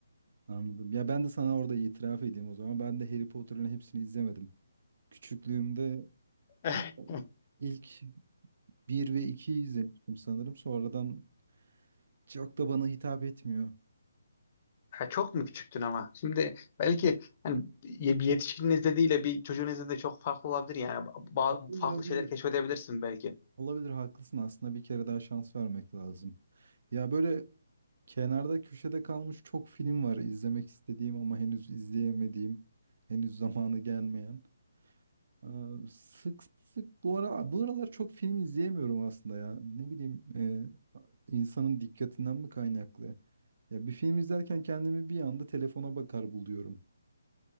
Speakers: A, on the right (about 50°); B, on the left (about 35°).
A: Anladım. Ya ben de sana orada itiraf edeyim o zaman. Ben de Harry Potter'ın hepsini izlemedim. Küçüklüğümde
B: <laughs>
A: İlk, ilk bir ve 2 izlemiştim sanırım. Sonradan çok da bana hitap etmiyor.
B: Ya çok mu küçüktün ama? Şimdi belki hani ye- bir yetişkinin izlediğiyle bir çocuğun izlediği de çok farklı olabilir yani. Ba- ba-
A: Olabilir,
B: farklı
A: olabilir.
B: şeyler keşfedebilirsin belki.
A: Olabilir, haklısın. Aslında bir kere daha şans vermek lazım. Ya böyle kenarda köşede kalmış çok film var izlemek istediğim ama henüz izleyemediğim, henüz zamanı gelmeyen. Ee, sık sık bu ara bu aralar çok film izleyemiyorum aslında ya. Ne bileyim e, insanın dikkatinden mi kaynaklı? Ya bir film izlerken kendimi bir anda telefona bakar buluyorum.